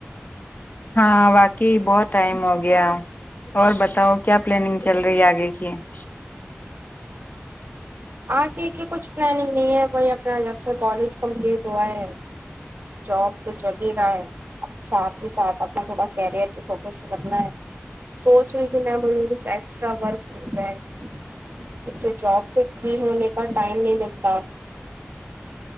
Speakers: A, on the left; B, on the right.
A: ہاں واقعی بہت ٹائم ہو گیا اور بتاؤ کیا پلاننگ چل رہی آگے کی <unintelligible>
B: آ کے کہ کچھ پلاننگ نہیں ہے بھائی اپنا جب سے کالج کمپلیٹ ہوا ہے جاب تو چل ہی رہا ہے ساتھ ہی ساتھ اپنا تھوڑا کیریئر پہ فوکس کرنا ہے سوچ رہی تھی میںم ک چھ ایکسٹرا ورک جائے <unintelligible> جابس <unintelligible> فری ہونے کا ٹائم نہیں لگتا